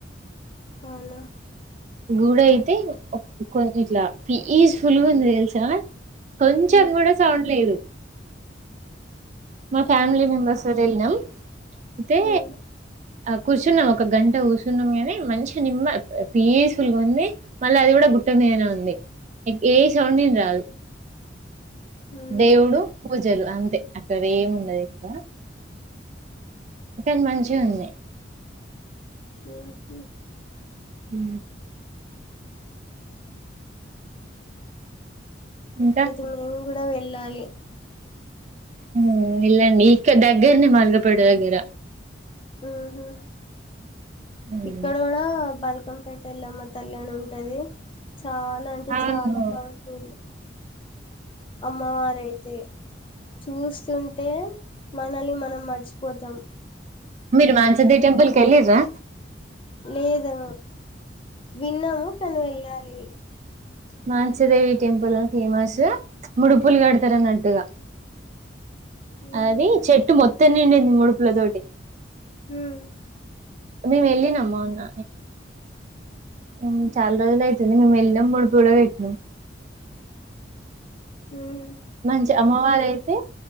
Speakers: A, on the left; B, on the right.
A: అవునా
B: గుడి అయితే కొంచెం ఇట్లా పీస్ఫుల్గా ఉంది తెలుసా కొంచెం
A: హ్మ్
B: కూడా సౌండ్ లేదు మా ఫ్యామిలీ
A: హ్మ్
B: మెంబెర్స్ కూడా వెళ్ళినాం ఐతే
A: హ్మ్
B: ఆ కూర్చున్నాం ఒక గంట కూర్చున్నాం గాని మంచి నిమ్మ పీస్ఫుల్గా ఉంది మళ్ళ అది కూడా గుట్ట మీదనే ఉంది ఏ సౌండ్ విన రాదు
A: హ్మ్
B: దేవుడు పూజలు అంతే అక్కడ ఏముండదు ఎక్కువ కానీ మంచిగుంది
A: ఆహా
B: హు ఇంకా
A: అయితే మేం కూడా వెల్ వెళ్ళాలి
B: ఉమ్ వెళ్ళండి ఇక్క దగ్గరనే మల్గపేట దగ్గర
A: ఉహూ
B: ఉమ్
A: ఇక్కడ కూడా బాల్ బల్కంపేట ఎళ్లమ్మ తల్లి అని ఉంటది చాలా అంటే
B: అవును
A: చాలా పవర్ ఫూల్ అమ్మవారయితే చూస్ స్తుంటే మనల్ని మనం మర్చి పోతాం
B: మీరు మాన్సదే టెంపుల్ కి వెళ్ళిర్రా
A: లేదా విన్నాము కానీ వెళ్ళాలి
B: మానసిదేవి టెంపుల్ ఫేమస్ ముడుపులు కడతారు అన్నట్టుగా
A: ఉహు
B: అది చెట్టు మొత్ త్తం నిండింది ముడుపుల తోటి
A: హుమ్
B: మేము వెళ్ళినం మొన్న ఉమ్ చాలా రోజులు అయితుంది మేము వెళ్ళినం ముడుపు కూడా కట్టినాం
A: ఉహుమ్
B: మంచి అమ్మవారయితే